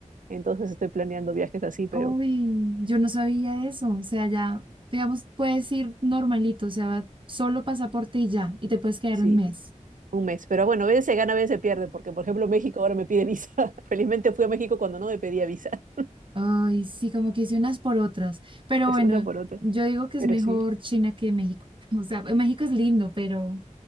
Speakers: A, on the right; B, on the right.
A: Entonces estoy planeando viajes así, pero
B: Uy, yo no sabía eso. O sea, ya, digamos, puedes ir normalito, o sea, solo pasaporte y ya, y te puedes quedar
A: sí,
B: un mes.
A: un mes. Pero bueno, a veces se gana, a veces se pierde, porque por ejemplo México ahora me pide visa. <laughs> Felizmente fui a México cuando no me pedía visa. <laughs>
B: Ay, sí, como que hice unas por otras. Pero
A: Es
B: bueno,
A: una por otra.
B: yo digo que es
A: Pero
B: mejor
A: sí.
B: China que México. <laughs> O sea, México es lindo, pero